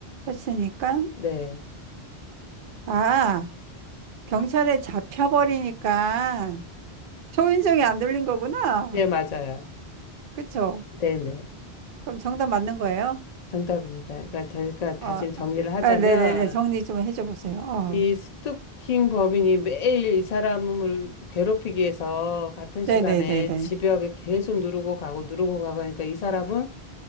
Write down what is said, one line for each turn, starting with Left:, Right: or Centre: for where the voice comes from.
Right: 했으니까,
Left: 네,
Right: 아, 경찰에 잡혀버리니까, 초인종이 안 눌린 거구나.
Left: 네, 맞아요.
Right: 그쵸?
Left: 네네.
Right: 그럼 정답 맞는 거예요?
Left: 정답입니다. 그러니까 제가 다시
Right: 어,
Left: 정리를 하자면,
Right: 아, 네네네. 정리 좀 해줘 보세요. 어,
Left: 이 스토킹 범인이 매일 이 사람을 괴롭히기 위해서 같은 시간에
Right: 네네네네.
Left: 집벽에 계속 누르고 가고 누르고 가고 하니까 이 사람은